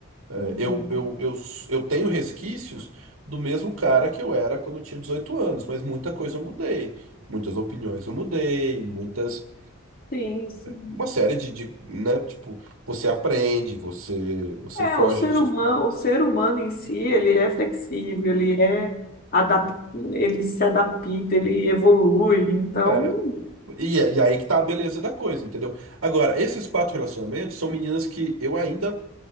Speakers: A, on the right; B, on the left.
A: É,
B: Uhum.
A: Eu, eu, eu, eu tenho resquícios do mesmo cara que eu era quando eu tinha 18 anos, mas muita coisa eu mudei. Muitas opiniões eu mudei, muitas.
B: Sim, sim.
A: Uma série de, de, né? Tipo, você aprende, você, você
B: É,
A: foge
B: o ser
A: dos seus.
B: humano,
A: pre-
B: o ser humano em si, ele é flexível, ele é adap... ele se adapta, ele evolui. Então,
A: É. E, é- e aí que tá a beleza da coisa, entendeu? Agora, esses quatro relacionamentos são meninas que eu ainda